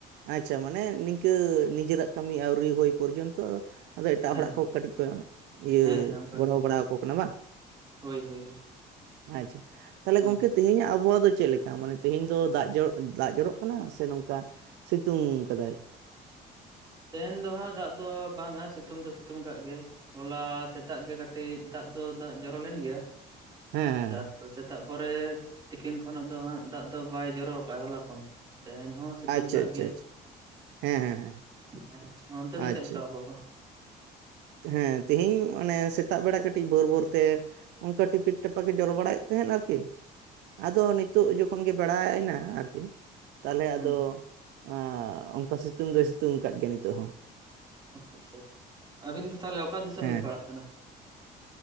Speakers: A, on the right (about 80°); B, on the right (about 25°).
A: ᱟᱪᱪᱷᱟ ᱢᱟᱱᱮ ᱱᱤᱝᱠᱟᱹ ᱱᱤᱡᱮᱨᱟᱜ ᱠᱟᱹᱢᱤ ᱟᱹᱣᱨᱤ ᱦᱩᱭ ᱯᱚᱨᱡᱚᱱᱛᱚ᱾ ᱟᱫᱚ ᱮᱴᱟᱜ
B: ᱦᱮᱸ
A: ᱦᱚᱲᱟᱜ ᱠᱚ
B: ᱦᱮᱸ
A: ᱠᱟᱹᱴᱤᱡ ᱠᱚ ᱤᱭᱟᱹ
B: ᱦᱮᱸ ᱦᱮᱸ ᱚᱱᱠᱟᱜᱮ
A: ᱜᱚᱲᱚ ᱵᱟᱲᱟᱣᱟᱠᱚ ᱠᱟᱱᱟ ᱵᱟᱝ?
B: ᱦᱳᱭ ᱦᱳᱭ
A: ᱟᱪᱪᱷᱟ, ᱛᱟᱦᱞᱮ
B: ᱦᱮᱸ
A: ᱜᱚᱝᱠᱮ ᱛᱤᱦᱤᱧ ᱟᱵᱚᱣᱟᱜ ᱫᱚ ᱪᱮᱫᱞᱮᱠᱟ ᱢᱟᱱᱮ? ᱛᱤᱦᱤᱧ ᱫᱚ ᱫᱟᱜ ᱡᱚᱨᱚᱜ, ᱫᱟᱜ ᱡᱚᱨᱚᱜ ᱠᱟᱱᱟ ᱥᱮ ᱱᱚᱝᱠᱟ ᱥᱤᱛᱩᱝ ᱠᱟᱫᱟᱭ?
B: ᱛᱮᱦᱮᱧ ᱫᱚ ᱦᱟᱸᱜ ᱫᱟᱜ ᱫᱚ ᱵᱟᱝᱟ ᱥᱤᱛᱩᱝ ᱫᱚ ᱥᱤᱛᱩᱝ ᱠᱟᱜ ᱜᱮᱭᱟᱭ᱾ ᱦᱚᱞᱟ ᱥᱮᱛᱟᱜ ᱜᱮ ᱠᱟᱹᱴᱤᱡ ᱫᱟᱜ ᱫᱚ ᱫᱟᱜ ᱡᱚᱨᱚ ᱞᱮᱱ ᱜᱮᱭᱟ,
A: ᱦᱮᱸ ᱦᱮᱸ
B: ᱛᱟᱨᱯᱚᱨ
A: ᱦᱮᱸ
B: ᱥᱮᱛᱟᱜ ᱯᱚᱨᱮ ᱛᱤᱠᱤᱱ ᱠᱷᱚᱱᱟᱜ ᱫᱚ ᱦᱟᱸᱜ ᱫᱟᱜ ᱫᱚ ᱵᱟᱭ ᱡᱚᱨᱚ ᱠᱟᱜ-ᱟ ᱦᱚᱞᱟ ᱠᱷᱚᱱ᱾ ᱛᱮᱦᱮᱧ ᱦᱚᱸ ᱥᱤᱛᱩᱝ
A: ᱟᱪᱪᱷᱟ
B: ᱟᱠᱟᱫ
A: ᱟᱪᱪᱷᱟ
B: ᱜᱮᱭᱟᱭ
A: ᱟᱪᱪᱷᱟ, ᱦᱮᱸ ᱦᱮᱸ ᱦᱮᱸ᱾
B: ᱦᱮᱸ, ᱚᱱᱛᱮ ᱫᱚ
A: ᱟᱪᱪᱷᱟ
B: ᱪᱮᱫ ᱞᱮᱠᱟ ᱟᱵᱦᱟᱣᱟ?
A: ᱦᱮᱸ ᱛᱤᱦᱤᱧ ᱢᱟᱱᱮ ᱥᱮᱛᱟᱜ ᱵᱮᱲᱟ ᱠᱟᱹᱴᱤᱡ ᱵᱷᱳᱨ ᱵᱷᱳᱨ ᱛᱮ ᱚᱝᱠᱟ ᱴᱤᱯᱤᱠ ᱴᱟᱯᱟᱠᱮ ᱡᱚᱨᱚ ᱵᱟᱲᱟᱭᱮᱫ ᱛᱟᱸᱦᱮᱱ ᱟᱨᱠᱤ᱾ ᱟᱫᱚ ᱱᱤᱛᱳᱜ ᱡᱚᱠᱷᱚᱱ ᱜᱮ ᱵᱮᱲᱟᱭᱱᱟ ᱟᱨᱠᱤ᱾ ᱛᱟᱦᱞᱮ ᱟᱫᱚ
B: ᱦᱩᱸ
A: ᱟᱸᱻ ᱚᱱᱠᱟ ᱥᱤᱛᱩᱝ ᱫᱚᱭ ᱥᱤᱛᱩᱝ ᱠᱟᱫ ᱜᱮᱭᱟ ᱱᱤᱛᱳᱜ ᱦᱚᱸ᱾
B: ᱚ ᱟᱪᱪᱷᱟ ᱟᱪᱪᱷᱟ, ᱟᱹᱵᱤᱱ ᱫᱚ ᱛᱟᱦᱞᱮ ᱚᱠᱟ ᱫᱤᱥᱚᱢ
A: ᱦᱮᱸ
B: ᱵᱤᱱ ᱯᱟᱲᱟᱜ ᱠᱟᱱᱟ?